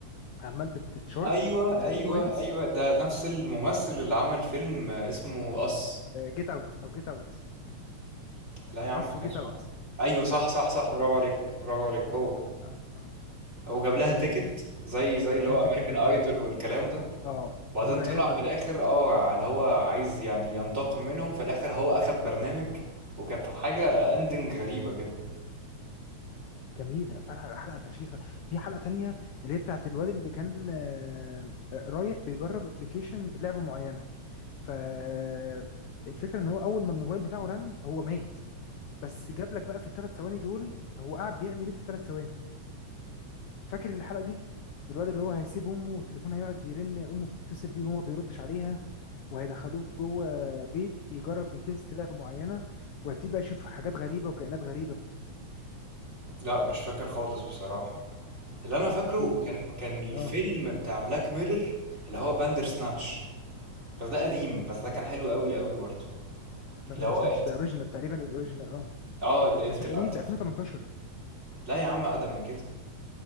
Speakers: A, on the left (about 70°); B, on the right (about 20°).
A: عمال بتتشارج
B: ايوه ايوه
A: بوينتس
B: ايوه ده نفس الممثل اللي عمل فيلم اسمه اس
A: جيت اوت او جيت اوت
B: لا يا عم
A: اس
B: كان
A: وجيت
B: اسمه
A: اوت
B: اس ايوه صح صح صح برافو عليك برافو عليك
A: اه
B: هو
A: اه اه اه
B: هو جاب
A: آه،
B: لها تيكت زي زي
A: وجاب
B: اللي هو
A: لها تكه
B: امريكان
A: ابن
B: ايدول
A: لذين
B: والكلام ده
A: اه
B: بعدين
A: مرعبه
B: طلع في الاخر اه اللي هو عايز يعني ينتقم منهم في الاخر هو اخد برنامج وكانت حاجة اندنج غريبة كده
A: جميله فعلا حلقه فشيخه في حلقه تانية اللي هي بتاعت الواد اللي كان آه، آه، رايح بيجرب ابلكيشن لعبه معينه فالفكره ان هو اول ما الموبايل بتاعه رن هو مات بس جاب لك بقى في الثلاث ثواني دول هو قاعد بيعمل ايه في الثلاث ثواني فاكر الحلقه دي الواد اللي هو هيسيب امه والتليفون هيقعد يرن امه بتتصل بيه وهو ما بيردش عليها وهيدخلوه في جوه بيت يجرب بيتست لعبه معينه وهيبتدي بقى يشوف حاجات غريبه وكائنات غريبه
B: لأ مش فاكر خالص بصراحة، اللي أنا فاكره
A: دي, دي
B: كان كان الفيلم
A: اه
B: بتاع بلاك ميرور اللي هو باندرسناتش، بس ده قديم، بس ده كان حلو أوي أوي برضه،
A: باندر
B: اللي هو
A: سناتش
B: انت
A: ده اوريجينال تقريبا الاوريجينال اه
B: آه الinteractive
A: بس مش قديم ده 2018
B: لا يا عم أقدم من كده،